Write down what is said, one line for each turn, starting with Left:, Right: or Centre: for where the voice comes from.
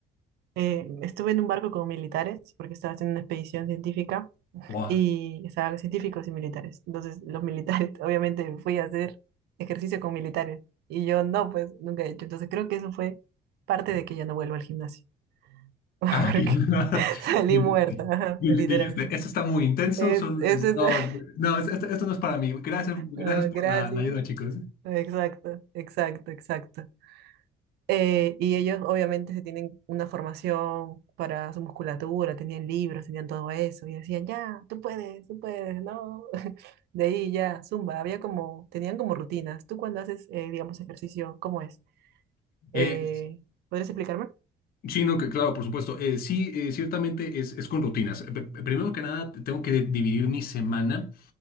Right: Eh, estuve en un barco con militares porque estaba haciendo una expedición científica
Left: Buah.
Right: y estaban científicos y militares. Entonces, los militares, <laughs> obviamente, fui a hacer ejercicio con militares y yo no, pues nunca he hecho. Entonces, creo que eso fue parte de que ya no vuelvo al gimnasio <laughs>
Left: Ah,
Right: porque
Left: que- <laughs>
Right: salí
Left: di-
Right: muerta, ajá,
Left: di-
Right: literal.
Left: Dijiste, esto está muy intenso,
Right: Es,
Left: son,
Right: es,
Left: es-
Right: es-
Left: no,
Right: <laughs>
Left: no, no, es- esto, esto no es para mí. Gracias, gracias
Right: ah,
Left: por
Right: gracias.
Left: la, la ayuda, chicos.
Right: Exacto, exacto, exacto. Eh, y ellos obviamente se tienen una formación para su musculatura, tenían libros, tenían todo eso, y decían, ya, tú puedes, tú puedes, no. <laughs> De ahí ya, zumba, había como, tenían como rutinas. Tú cuando haces, eh, digamos, ejercicio, ¿cómo es? Eh,
Left: Eh,
Right: ¿podrías explicarme?
Left: sí, no, que claro, por supuesto. Eh, sí, eh, ciertamente es, es con rutinas. P- p- primero que nada, tengo que dividir mi semana.